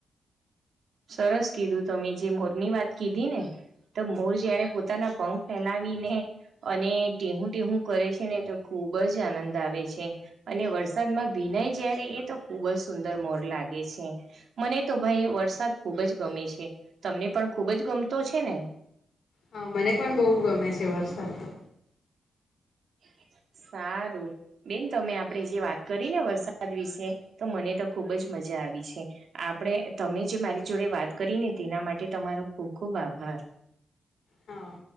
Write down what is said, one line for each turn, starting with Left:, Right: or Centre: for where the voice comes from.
Right: સરસ કીધું, તમે જે મોરની વાત કીધી ને? તો મોર જ્યારે પોતાના પંખ ફેલાવી ને, અને ટેહું ટેહું કરે છે ને તો ખૂબ ખુબ જ આનંદ આવે છે, અને વરસાદમાં ભીનાઈ જ્યાંરે એ તો ખુબ જ સુંદર મોર લાગે છે, મને તો ભાઈ વરસાદ ખૂબ જ ગમે છે, તમને પણ ખૂબ જ ગમતો છે ને?
Left: હા, મને પણ બઉ ગમે છે વરસાદ તો.
Right: એ સારું, બેન તમે આપણેે જે વાત કરીને વરસાદ વિશે, તો મને તો ખુબ જ મ જા આવી છે, આપણે તમે જે મારી જોડે વાત કરીને તેના માટે તમારો ખૂબ ખૂબ આભાર. <unintelligible>
Left: હા